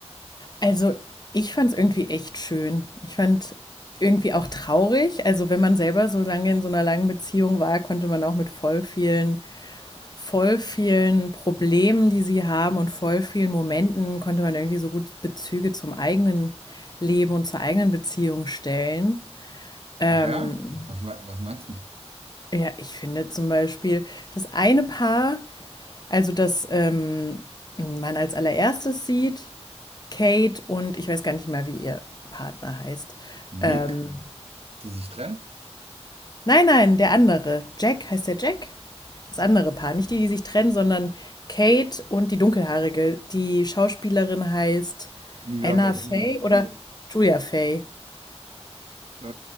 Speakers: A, on the left (about 35°); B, on the right (about 60°).
A: Also ich fand's irgendwie echt schön. Ich fand irgendwie auch traurig. Also wenn man selber so lange in so einer langen Beziehung war, konnte man auch mit voll vielen, voll vielen Problemen, die sie haben und voll vielen Momenten, konnte man irgendwie so gut Bezüge zum eigenen Leben und zur eigenen Beziehung stellen. Ähm,
B: Ach ja? Was, me- was meinst du?
A: Ja, ich finde zum Beispiel das eine Paar, also das ähm, man als allererstes sieht, Kate und ich weiß gar nicht mal, wie ihr Partner heißt.
B: Nick,
A: Ähm,
B: die sich trennen?
A: nein, nein, der andere. Jack, heißt der Jack? Das andere Paar, nicht die, die sich trennen, sondern Kate und die Dunkelhaarige. Die Schauspielerin heißt
B: Wie,
A: Anna
B: war-
A: Faye
B: wie,
A: oder Julia Faye.
B: äh,